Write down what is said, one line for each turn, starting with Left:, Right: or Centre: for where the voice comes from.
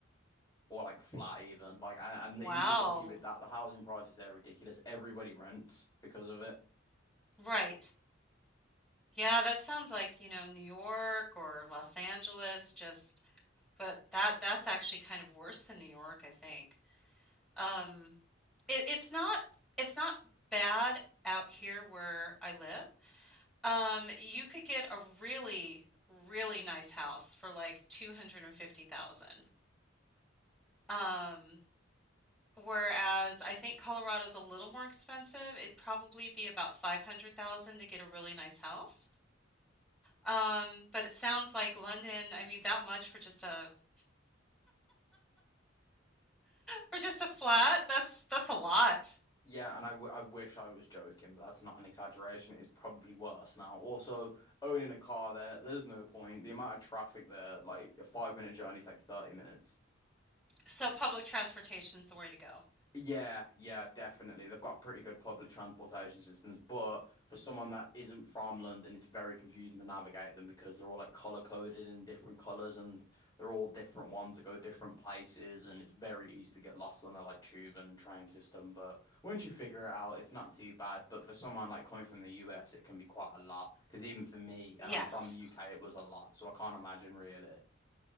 Left: or like flat even. Like, and,
Centre: Wow.
Left: and you'd be lucky with that. The housing prices there are ridiculous. Everybody rents because of it.
Centre: Right. Yeah, that sounds like, you know, New York or Los Angeles just but that that's actually kind of worse than New York, I think. Um it, it's not it's not bad out here where I live. Um you could get a really really nice house for like 250,000. Um, whereas I think Colorado's a little more expensive. It'd probably be about 500,000 to get a really nice house. Um, but it sounds like London, I mean that much for just a for just a flat, that's that's a lot.
Left: Yeah, and I, w I wish I was joking, but that's not an exaggeration. It's probably worse now. Also, owning a car there, there's no point. The amount of traffic there, like a five minute journey takes 30 minutes.
Centre: So public transportation's the way to go.
Left: Yeah, yeah, definitely. They've got pretty good public transportation systems, but for someone that isn't from London, it's very confusing to navigate them because they're all like color coded in different colors and they're all different ones that go different places and it's very easy to get lost on the like tube and train system, but once you figure it out, it's not too bad. But for someone like coming from the US, it can be quite a lot because even for me, and
Centre: Yes.
Left: I'm from the UK, it was a lot, so I can't imagine really.